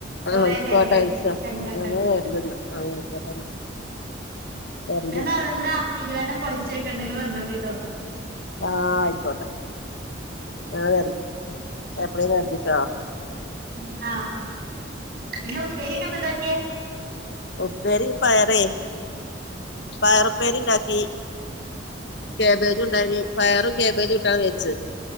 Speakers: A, on the left; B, on the right.
A: ആ
B: കൊറേ
A: ഇപ്പോ
B: തേങ്ങ
A: ആ ട്ടയിൽസാ
B: തെങ്ങൊക്കെ
A: ഞങ്ങള്
B: ഉണ്ട്
A: <unintelligible> വരണ്ട്
B: ഞാൻ ന്നാ ന്നാ ഇരുവേണ്ണം പൊളിച്ചേക്കണ്ട് ഇങ്ങള് വന്നോണ്ടിട്ടോ
A: ആ അയിക്കോട്ടെ ഞാൻ വര്ണ്ട് എപ്പളേം വര്ണ്ട്ട്ടോ
B: ഉം ആഹ് പിന്നെ ഉപ്പേരിയെക്കെ എന്താണ്ടാക്കിയെ
A: ഉപ്പേരി പയറെ പയറ് ഉപ്പേരിണ്ടാക്കി
B: ഉം
A: കെബേജും ഇണ്ടായിനി പയറും കെബേജും ഇട്ടാണ്ട് വെച്ച്